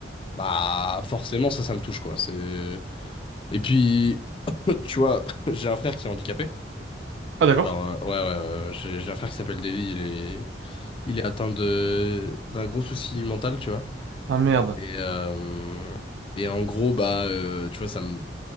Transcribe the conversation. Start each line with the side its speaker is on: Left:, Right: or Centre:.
Left: bah forcément, ça, ça me touche, quoi. C'est... Et puis, <coughs> <laughs> tu vois, <laughs> j'ai un frère qui est handicapé.
Right: Ah d'accord.
Left: Alors, euh, ouais, ouais, ouais, ouais, j'ai j'ai un frère qui s'appelle Davy, il est, il est atteint de d'un gros souci mental, tu vois.
Right: Ah merde.
Left: Et, euh, et en gros, bah, euh, tu vois, ça me